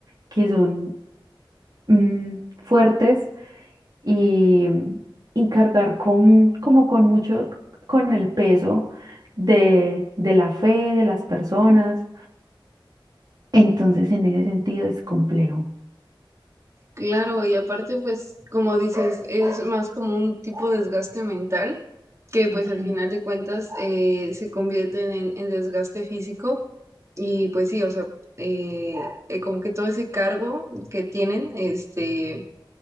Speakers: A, on the right (about 50°); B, on the right (about 35°).
A: que son mm, fuertes y, y cargar con, como con mucho, con el peso de, de la fe de las personas. Entonces, en ese sentido es complejo.
B: Claro, y aparte, pues, como dices, es más como un tipo de desgaste mental que pues
A: Ujú.
B: al final de cuentas eh, se convierten en, en desgaste físico y pues sí, o sea, eh, eh, como que todo ese cargo que tienen, este